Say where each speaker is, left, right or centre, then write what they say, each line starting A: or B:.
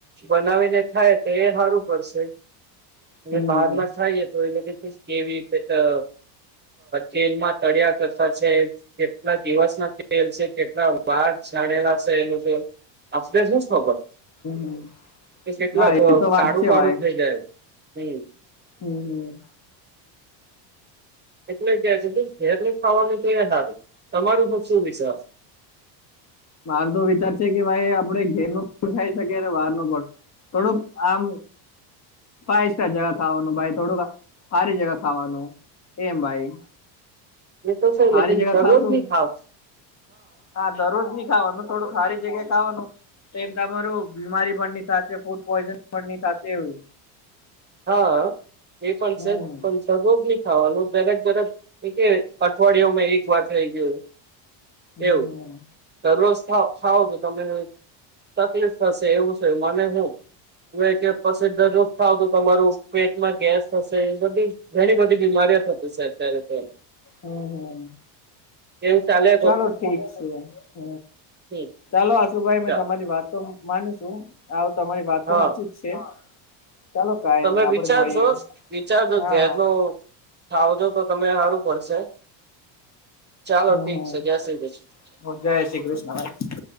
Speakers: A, on the right (about 20°); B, on the left (about 35°).
A: બનાવીને થાય તો એ હારું પડશે. એટલે
B: હમ હમ
A: બહારના થાયએ તો એટલે કેવી રીતે ત તેલમાં તળિયા કરતા છે. કેટલા દિવસ ના તેલ છે કેટલા વાર છણેલા છે. એનું આપણે શું ખબર <unintelligible>
B: હમ હા એ તો વાત
A: સારું
B: છે
A: સારું
B: ભાઈ
A: થઈ જાય. હમ
B: હમ હમ.
A: એટલે કે છે ઘેર નું ખાવાનું તો સારું તમારું શું વિશ્વાસ
B: મારું તો વિચાર છે કે ભાઈ આપડે ઘેર નુ પણ ખાઈ શકીએ બાર નું પણ થોડુંક આમ ફાઈવ સ્ટાર જગા ખાવાનું ભાઈ થોડુંક સારી જગા ખાવાનું એમ ભાઈ.
A: એ તો છે
B: હારી
A: લેકન
B: જગ્યા
A: દરરોજ
B: ખાશું
A: નહી ખાવ
B: હા દરરોજ ની ખાવાનું થોડું હારી જગ્યા ખાવાનું તો એમ તમારું બીમારી પણ ની થશે ફૂડ પોઈઝન પણ ની થશે એવું
A: હા એ પણ
B: હમ
A: છે. પણ દરરોજ ની ખાવાનું <unintelligible> કે અઠવાડિયામાંં એક વાર થઇ ગયો.
B: હમ
A: એવું
B: હમ
A: દરરોજ ખાવ ખાવ તો તમે તકલીફ થશે એવું છે. મને હું હું કે પછી દરરોજ ખાવું તમારું પેટમાં ગેસ થશે બધી ઘણી બધી બીમારીઓ થતી છે અત્યારે.
B: હમ હમ
A: એવું ચાલે
B: ચાલો ઠીક છે. હ
A: હમ
B: ચાલો આશુભાઈ મે
A: ચાલ
B: તમારી વાતો માને છું. આવ તમારી વાત તો
A: હા
B: હાચી જ છે. ચાલો કાઈ
A: તમે
B: નઈ આપડે
A: વિચારજો
B: મળીએ
A: વિચારજો
B: હા
A: ઘેર
B: હા
A: નું થાવજો તો તમે હારું પડશે. ચાલો
B: હમ
A: ઠીક
B: હમ
A: છે જય શ્રી કૃષ્ણ.
B: જય શ્રી કૃષ્ણ ભાઈ.